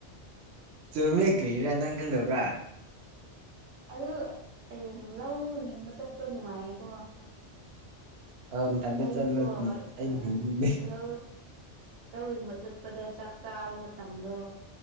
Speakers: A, on the right (about 65°); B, on the right (about 85°).
A: ꯆꯨꯝꯃꯦ ꯀꯔꯤꯔꯥ ꯅꯪ ꯈꯪꯗꯕ꯭ꯔꯥ
B: ꯑꯗꯨ ꯂꯧ ꯂꯤꯡꯕ ꯆꯠꯄ ꯅꯨꯡꯉꯥꯏꯀꯣ
A: ꯑꯧ ꯅꯊꯟꯇ
B: ꯑꯩꯗꯤꯀꯣ
A: ꯆꯠꯂꯣꯅꯤ
B: ꯑꯥ
A: ꯑꯩꯗꯤ ꯂꯤꯡꯅꯤꯡꯗꯦ
B: ꯍꯜꯂꯣ ꯂꯧ ꯂꯤꯡꯕ ꯆꯠꯄꯗ ꯆꯥꯛ ꯆꯥꯕ ꯃꯇꯝꯗꯣ